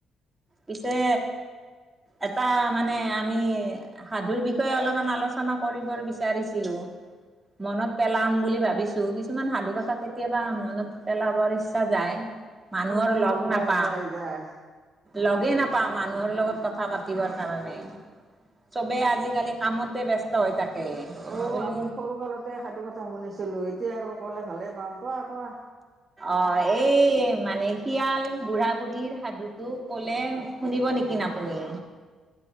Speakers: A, on the right; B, on the right.
A: পিছে এটা মানে আমি সাধুৰ বিষয়ে অলপমান আলোচনা কৰিবৰ বিচাৰিছিলো মনত পেলাম বুলি ভাবিছো কিছুমান সাধু কথা কেতিয়াবা মনত পেলাবৰ ইচ্ছা যায় মানুহৰ
B: অ'
A: লগ নাপাওঁ
B: যায় যায় যায়।
A: লগেই নাপাওঁ মানুহৰ লগত কথা পাতিবৰ কাৰণে চবেই আজিকালি কামতে ব্যস্ত হৈ থাকে মই
B: অ
A: বোলো
B: আমি সৰু কালতে সাধু কথা শুনিছিলো এতিয়া আৰু ক'লে ভালে পাম কোৱা কোৱা।
A: অ এই মানে শিয়াল বুঢ়া বুঢ়ীৰ সাধুতটো কলে শুনিব নেকি আপুনি?